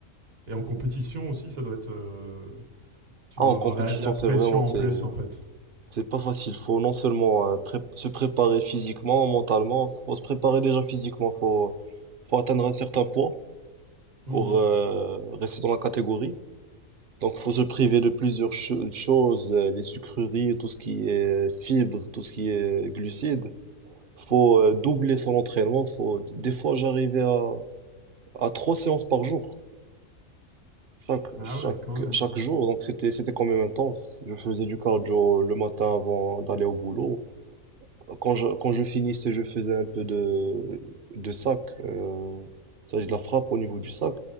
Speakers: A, on the right; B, on the right.
A: Et en compétition aussi, ça doit être. euh, tu
B: Ah,
A: dois
B: en compétition,
A: avoir la, la pression
B: c'est vraiment, c'est,
A: en plus, en fait.
B: c'est pas facile. Faut non seulement euh, pré- se préparer physiquement, mentalement, faut se préparer déjà physiquement, faut, faut atteindre un certain poids
A: Hmm.
B: pour euh, rester dans la catégorie. Donc, faut se priver de plusieurs cho- choses, euh, les sucreries, tout ce qui est fibres, tout ce qui est glucides. Faut euh, doubler son entraînement. Faut, des fois, j'arrivais à, à trois séances par jour, chaque,
A: Ah
B: chaque,
A: ouais, quand même,
B: chaque
A: ouais.
B: jour. Donc, c'était, c'était quand même intense. Je faisais du cardio le matin avant d'aller au boulot. Quand je, quand je finissais, je faisais un peu de, de sac, euh, ça, de la frappe au niveau du sac.